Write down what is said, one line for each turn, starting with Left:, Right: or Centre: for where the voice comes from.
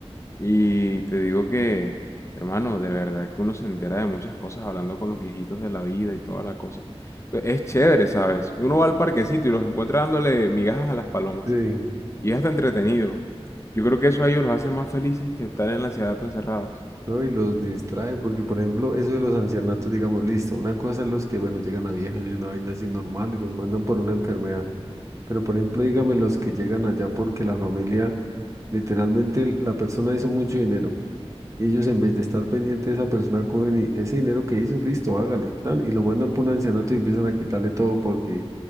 Left: Y te digo que, hermano, de verdad que uno se entera de muchas cosas hablando con los viejitos de la vida y toda la cosa. Entonces, es chévere, ¿sabes? Uno va al parquecito y los encuentra dándole migajas a las palomas.
Right: sí,
Left: Y es hasta entretenido. Yo creo que eso a ellos los hace más felices que estar en la ciudad tan encerrados.
Right: ¿no? Y los distraen, porque por ejemplo, eso de los ancianatos, digamos, listo, una cosa es los que, bueno, llegan a viejos y una vaina así normal y los mandan por una enfermedad. Pero por ejemplo, dígame los que llegan allá porque la familia, literalmente l- la persona hizo mucho dinero y ellos en vez de estar pendientes de esa persona cogen y ese dinero que hizo, listo, hágale, tan, y lo mandan por un ancianato y empiezan a quitarle todo porque